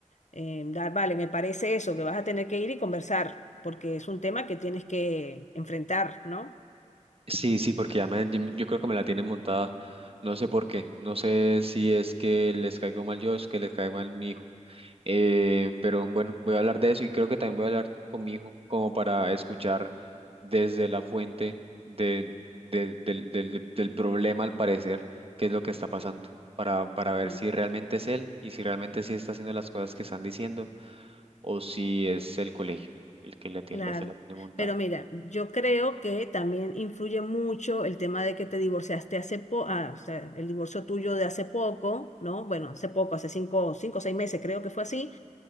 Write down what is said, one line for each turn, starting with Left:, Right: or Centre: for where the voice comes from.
Left: Eh, da- vale, me parece eso, que vas a tener que ir y conversar, porque es un tema que tienes que enfrentar, ¿no?
Right: Sí, sí, porque ya me, yo creo que me la tienen montada, no sé por qué, no sé si es que les caigo mal yo o es que les caigo mal mi hijo. Eh, pero bueno, voy a hablar de eso y creo que también voy a hablar con mi hijo, como para escuchar desde la fuente de, del del, del, del problema, al parecer, qué es lo que está pasando, para, para ver
Left: Claro.
Right: si realmente es él y si realmente sí está haciendo las cosas que están diciendo o si es el colegio el que le tiene,
Left: Claro.
Right: la, se la tiene montada.
Left: Pero mira, yo creo que también influye mucho el tema de que te divorciaste hace poco, o sea, el divorcio tuyo de hace poco, ¿no? Bueno, hace poco, hace cinco, cinco o seis meses, creo que fue así